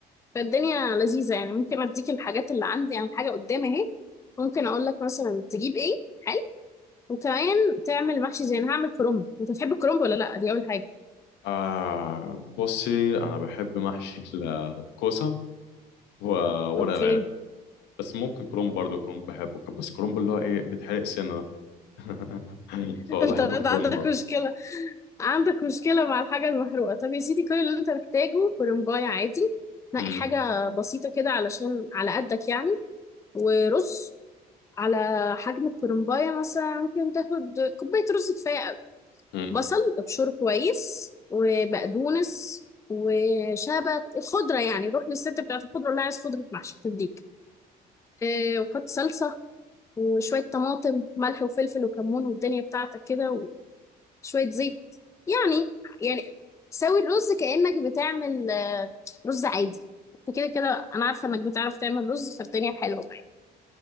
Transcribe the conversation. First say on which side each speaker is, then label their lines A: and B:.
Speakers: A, on the left (about 15°); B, on the left (about 85°).
A: فالدنيا لذيذه يعني ممكن اديك الحاجات اللي عندي يعني الحاجه قدامي اهي ممكن اقول لك مثلا تجيب ايه حلو وكمان تعمل محشي زي انا هعمل كرنب انت بتحب الكرنب ولا لا دي اول حاجه
B: آه بصي أنا بحب محشي الكوسة وورق
A: اوكي
B: العنب بس ممكن كرومب برضه كرومب بحبه بس كرومب اللي هو إيه بيتحرق سنة ده. <laughs>
A: <laughs>
B: فبحب
A: انت برضه
B: الكرومب
A: عندك مشكله عندك مشكلة مع الحاجة المحروقة طب يا سيدي كل اللي انت محتاجه كرنباية عادي نقي
B: أمم.
A: حاجة بسيطة كده علشان على قدك يعني ورز على حجم الكرنباية مثلا ممكن تاخد كوباية رز كفاية قوي
B: أمم.
A: بصل ابشره كويس وبقدونس وشبت الخضرة يعني روح للست بتاعت الخضرة اللي عايز خضرة محشي تديك اه وحط صلصة وشوية طماطم ملح وفلفل وكمون والدنيا بتاعتك كده شوية زيت يعني يعني سوي الرز كأنك بتعمل آه، رز عادي انت كده كده انا عارفة انك بتعرف تعمل رز فالدنيا حلوة معاك